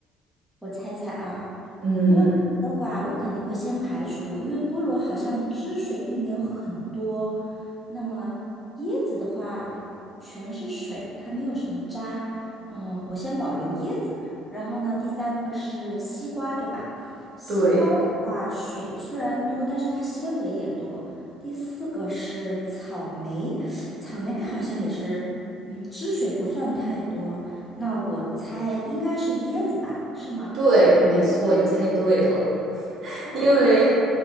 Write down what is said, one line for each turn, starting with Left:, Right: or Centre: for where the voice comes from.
Centre: 我猜猜啊，
Right: 嗯，
Centre: 菠萝的话，我肯定会先排除，因为菠萝好像汁水并没有很多。那么椰子的话，全是水，它没有什么渣。嗯、我先保留椰子。然后呢，第三个是西瓜，对吧？西瓜的话，
Right: 对
Centre: 水虽然多，但是它纤维也多。第四个是草莓，草莓好像也是，嗯，汁水不算太多。那我猜应该是椰子吧，是吗？
Right: 对，没错，你猜对了。
Centre: 哦，
Right: 因为。